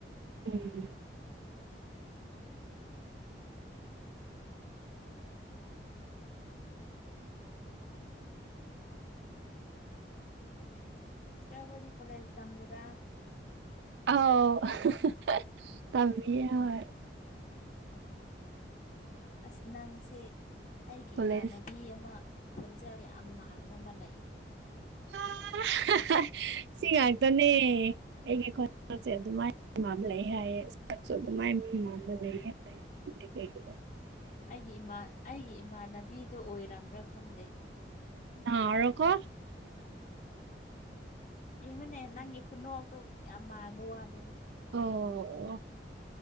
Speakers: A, on the right; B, on the left.
A: ꯎꯝ
B: ꯁꯤꯁꯇꯔ ꯈꯣꯏꯗꯤ ꯀꯣꯂꯦꯖ ꯇꯝꯃꯤꯔꯥ
A: ꯑꯥꯎ ꯑꯍꯥꯍꯥ ꯇꯝꯃꯤ ꯑꯍꯣꯏ
B: ꯑꯣ ꯑꯁ ꯅꯪꯁꯦ ꯑꯩꯒꯤ
A: ꯀꯣꯂꯦꯖ
B: ꯏꯃꯥꯟꯅꯕꯤ ꯑꯃ ꯈꯣꯟꯖꯦꯜ ꯌꯥꯝ ꯃꯟꯕ ꯑꯃ ꯂꯩꯥꯑꯦ
A: ꯑꯥ ꯁꯤ ꯉꯥꯛꯇꯅꯦ ꯑꯩꯒꯤ ꯈꯣꯟꯖꯦꯜꯁꯦ ꯑꯗꯨꯃꯥꯏꯅ ꯃꯥꯟꯕ ꯂꯩ ꯍꯥꯏꯌꯦ ꯁꯛꯁꯨ ꯑꯗꯨꯃꯥꯏꯅ ꯗꯨ ꯃꯥꯟꯕ ꯂꯩ ꯍꯥꯏꯌꯦ <inaudible>
B: ꯑꯩꯒꯤ ꯢꯃꯥꯟ ꯑꯩꯒꯤ ꯏꯃꯥꯟꯅꯕꯤꯗꯣ ꯑꯣꯏꯔꯝꯕ꯭ꯔꯥ ꯈꯪꯗꯦ
A: ꯑꯔꯣ ꯀꯣ
B: ꯌꯦꯡꯉꯨꯅꯦ ꯅꯪꯒꯤ ꯈꯨꯅꯣꯛ ꯑꯛꯇꯣ ꯌꯥꯝ ꯃꯥꯟꯕ ꯋꯥꯅꯦꯗ
A: ꯑꯣ ꯑꯣ